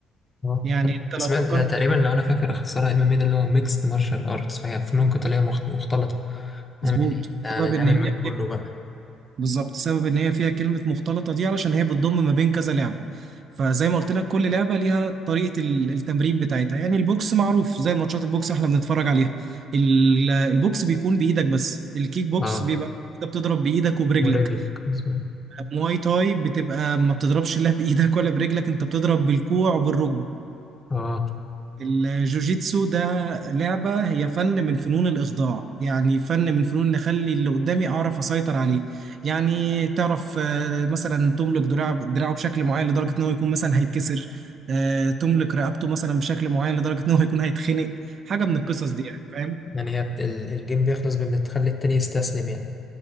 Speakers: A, on the left; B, on the right.
A: اه
B: يعني انت
A: كنت
B: لو
A: سمعت
B: فكرت
A: لا تقريبا لو انا فاكر اختصارها ام ام اي، ده اللي هو ميكس مارشال ارتس فهي فنون قتاليه مخت- مختلطه فاهم
B: مظبوط
A: يعني آه،
B: بسبب
A: لامم
B: ان هي
A: من كله بقى
B: بالظبط سبب ان هي فيها كلمة مختلطة دي علشان هي بتضم ما بين كذا لعبة فزي ما قلت لك كل لعبة ليها طريقة ال- التمرين بتاعتها يعني البوكس معروف زي ماتشات البوكس احنا بنتفرج عليها ال- البوكس بيكون بإيدك بس الكيك بوكس
A: اه
B: بيبقى كده بتضرب بإيدك وبرجلك
A: ورجلك مظبوط
B: المواي تاي بتبقى ما بتضربش لا بإيدك ولا برجلك انت بتضرب بالكوع وبالركبة
A: اه
B: الجوجيتسو ده لعبة هي فن من فنون الإخضاع يعني فن من فنون إن أخلي اللي قدامي أعرف أسيطر عليه يعني تعرف آه، مثلا تملك دراع دراعه بشكل معين لدرجة إن هو يكون مثلا هيتكسر آه، تملك رقبته مثلا بشكل معين لدرجة إن هو يكون هيتخنق حاجة من القصص دي يعني فاهم
A: يعني هي بت... ال- الجيم بيخلص بان تخلي التاني يستسلم يعني